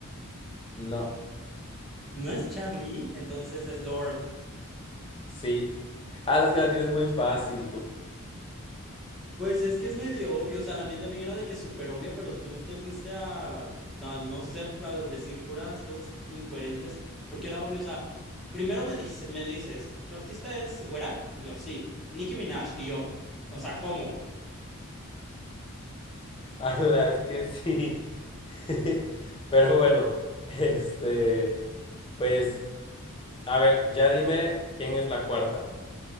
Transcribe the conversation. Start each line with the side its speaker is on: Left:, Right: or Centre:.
Left: No.
Centre: No es Charlie, entonces es Lord.
Left: Sí. Ala, es que la tienes muy fácil tú.
Centre: Pues es que es medio obvio. O sea, la mía también era de que súper obvia, pero tú te fuiste a, a, no sé, a decir puras cosas incoherentes. Porque era obvio, o sea, primero me, dice- me dices, ¿tu artista es güera? Y yo, sí. Nicki Minaj. Y yo, o sea, ¿cómo?
Left: Ala, es que sí. <laughs> Pero bueno. Este. Pues, a ver, ya dime quién es la cuarta.